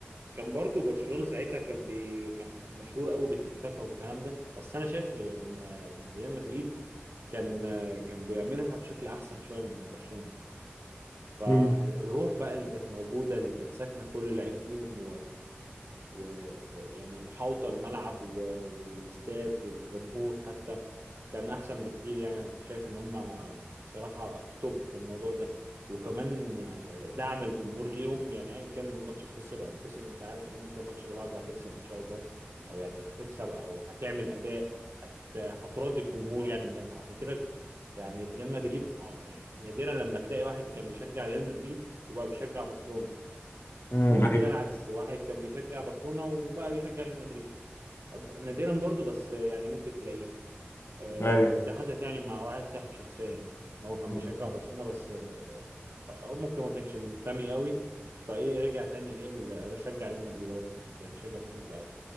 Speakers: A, on the right (about 70°); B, on the left (about 65°).
A: كان برضو برشلونة ساعتها كان بي كان مشهور قوي بالتيكي تاكا والكلام ده بس انا شايف ان إن ريال مدريد كان كان بيعملها بشكل احسن شويه من برشلونه فالروح
B: امم
A: بقى اللي كانت موجوده اللي كانت ساكنه كل لعيب فيهم و- ويعني محاوطة الملعب و- والاستاد والجمهور حتى كان أحسن بكتير يعني أنا كنت شايف إن هما بصراحة توب في الموضوع ده وكمان آه، دعم الجمهور ليهم يعني أيا كان الماتش خسر أو كسب أنت عارف إن أنت الماتش اللي بعده هتكسب إن شاء الله أو يعني هتكسب أو هتعمل أداء هت- هتراضي الجمهور يعني من الآخر عشان كده يعني ريال مدريد اه يعني نادرا لما تلاقي واحد كان بيشجع ريال مدريد وبقى بيشجع برشلونة
B: امم
A: ممكن
B: ايوه
A: تلاقي العكس واحد كان بيشجع برشلونة وبقى بيشجع ريال مدريد أب- نادرا برضو بس يعني ممكن تلاقيه آه
B: ايوه
A: وده حصلت يعني مع واحد صاحبي شخصيا يعني ان هو كان
B: مم.
A: بيشجع برشلونة بس آه هو ممكن ما كانش منتمي قوي فايه رجع تاني ايه ال- رشجع ريال مدريد هو كان بيشجع برشلونة في الاول